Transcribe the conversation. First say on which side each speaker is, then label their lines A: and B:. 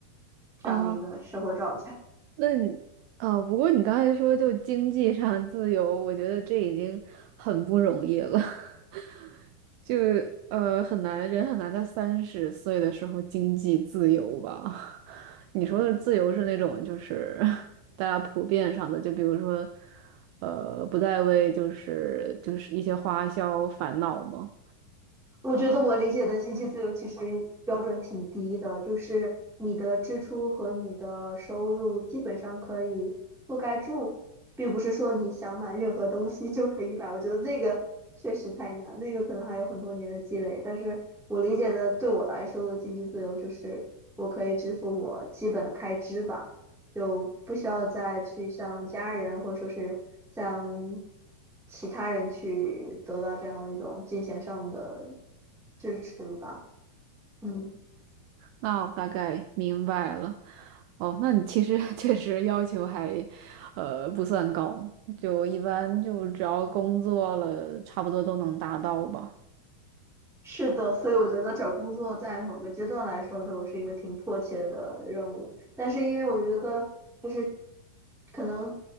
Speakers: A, in the centre; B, on the right.
A: 这样的一个生活状态。
B: 啊，那你呃，不过你刚才说就经济上自由，我觉得这已经很不容易了，<laughs> 就呃很难，人很难在三十岁的时候经济自由吧？<laughs> 你说的自由是那种就是 <laughs> 大家普遍上的，就比如说呃不再为就是就是一些花销烦恼吗？
A: 我觉得我理解的经济自由其实标准挺低的，就是你的支出和你的收入基本上可以覆盖住，并不是说你想买任何东西就可以买。我觉得那个确实太难，那个可能还有很多年的积累。但是我理解的对我来说的经济自由就是我可以支付我基本的开支吧。就不需要再去向家人或者说是向其他人去得到这样的一种金钱上的支持吧。嗯，
B: 那我大概明白了。哦，那你其实 <laughs> 确实要求还，呃，不算高，就一般就只要工作了，差不多都能达到吧。
A: 是的，所以我觉得找工作在某个阶段来说，对我是一个挺迫切的任务。但是因为我觉得，就是可能